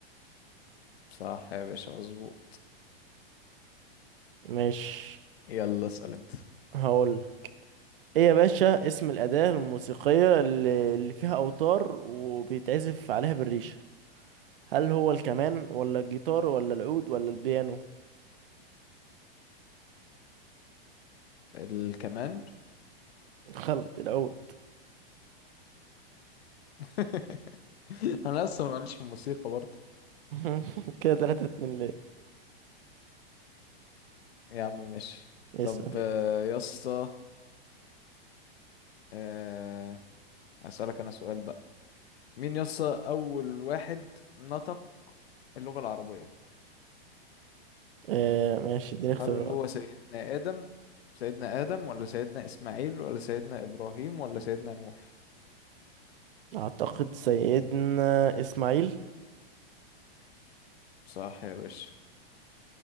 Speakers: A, on the left; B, on the right.
A: صح يا باشا مظبوط
B: ماشي
A: يلا اسأل انت
B: هقول ايه يا باشا اسم الأداة الموسيقية اللي اللي فيها أوتار وبيتعزف عليها بالريشة هل هو الكمان ولا الجيتار ولا العود ولا البيانو
A: الكمان
B: غلط العود
A: <laughs> انا اصلا ماليش في الموسيقى برضه
B: <laughs> كده تلاتة اتنين ليه
A: يا عم ماشي
B: اسأل
A: طب آه، يا اسطى آه، هسألك انا سؤال بقى مين يا اسطى اول واحد نطق اللغة العربية
B: آه ماشي اديني اختيارات
A: هل هو سيدنا آدم سيدنا آدم ولا سيدنا إسماعيل ولا سيدنا إبراهيم ولا سيدنا نوح
B: أعتقد سيدنا إسماعيل
A: صح يا باشا